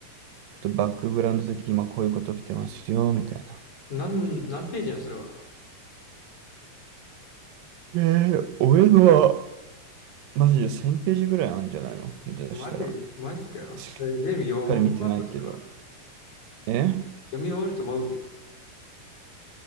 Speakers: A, on the right; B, on the left.
A: ちょっとバックグラウンド的に今こういうこと起きてますよ、みたいな。
B: なん、何ページなのそれは。
A: えー、俺のは、マジで1000ページぐらいあるんじゃないの下手したら。
B: マジ、マジかよ。
A: し
B: それ全部読み終わった、
A: っかり見てないけど。
B: それは。
A: え
B: 読み終わると思う。